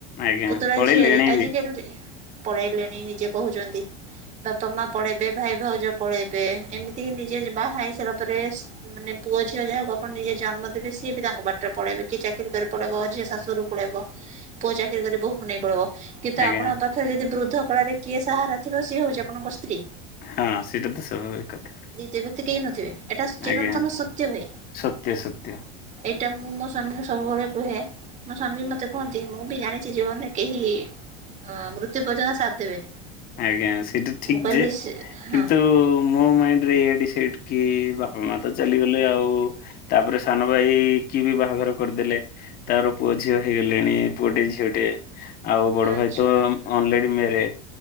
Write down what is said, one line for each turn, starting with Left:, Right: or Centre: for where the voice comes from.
Left: ଆଜ୍ଞା
Right: ପୁତୁରା
Left: ପଳେଇଲେଣି
Right: ଝିଆରୀ ଆଜିକାଲି
Left: ବି
Right: ପଳେଇଲେଣି ନିଜେ କହୁଛନ୍ତି। ବାପା ମା ପଳେଇ ଇବେ ଭାଇ ଭାଉଜ ପଳେଇବେ ଏମିତି ହି ନିଜେ ବାହା ହେଇ ସାରିଲା ପରେ ମାନେ ପୁଅ ଝିଅ ଯାହାକୁ ଆପଣ ନିଜେ ଜନ୍ମ ଦେବେ ସିଏ ବି ତାଙ୍କ ବାଟରେ ପଳେଇବେ କିଏ ଚାକିରି କରି ପଳେଇବ ଝିଅ ଶାଶୁଘରକୁ ପଳେଇବ ପୁଅ ଚାକିର କରି ବୋହୂ କୁ ନେଇ ପଳେଇବ। କିନ୍ତୁ ଆପଣଙ୍କ
Left: ଆଜ୍ଞା
Right: ପାଖରେ ଯଦି ବୃଦ୍ଧ କଳରେ କିଏ ସାହାରା ଥିବ ସିଏ ହଉଛି ଆପଣଙ୍କ ସ୍ତ୍ରୀ।
Left: ହଁ ସେଇଟା ତ ସ୍ୱାଭାବିକ କଥା।
Right: ଯେମିତି କେହି ନଥିବେ ଏଟା ଚିରନ୍ତନ
Left: ଆଜ୍ଞା
Right: ସତ୍ୟ ଭାଇ।
Left: ସତ୍ୟ ସତ୍ୟ
Right: ଏଇଟା ମୁଁ ମୋ ସ୍ୱାମୀକୁ ସବୁବେଳେ କୁହେ ମୋ ସ୍ଵାମୀ ବି ମତେ କୁହନ୍ତି ମୁଁ ବି ଜାଣିଛି ଯେ ମାନେ କେହି ମ ମୃତ୍ୟୁ ପର୍ଯ୍ୟନ୍ତ ସାଥ ଦେବେନି।
Left: ଆଜ୍ଞା ସେଇଟା ଠିକ
Right: ମୁଁ କହିଲି
Left: ଯେ
Right: ସେ ହଁ
Left: କିନ୍ତୁ? ମୋ ମାଇଣ୍ଡ ରେ ଏୟା ଡିସାଇଡ୍ କି ବାପା ମା ତ ଚାଲିଗଲେ ଆଉ ତାପରେ ସାନ ଭାଇକି ବି ବାହାଘର କରିଦେଲେ। ତାର ପୁଅ ଝିଅ ହେଇଗଲେଣି ପୁଅ ଟେ ଝିଅ ଟେ। ଆଉ ବଡ
Right: ଆଚ୍ଛା
Left: ଭାଇ ତ ଅନ୍ଲେଡି ମେରେଜ।